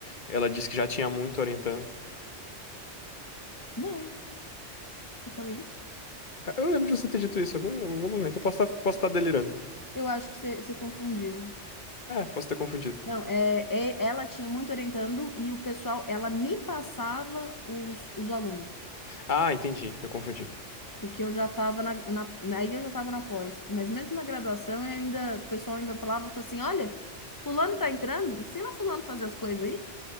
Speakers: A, on the left; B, on the left.
A: ela disse que já tinha muito orientando.
B: Não, eu falei isso?
A: É, Eu lembro de você ter dito isso em algum, em algum momento. Eu posso estar posso estar delirando.
B: Eu acho que você você confundiu.
A: É, posso ter confundido.
B: Não, é, é- ela tinha muito orientando e o pessoal, ela me passava os, os alunos,
A: Ah, entendi. Eu confundi.
B: porque eu já estava na, na- aí eu já estava na pós, mas mesmo na graduação eu ainda, o pessoal ainda falava falava assim, olha, fulano tá entrando, ensina fulano a fazer as coisas aí.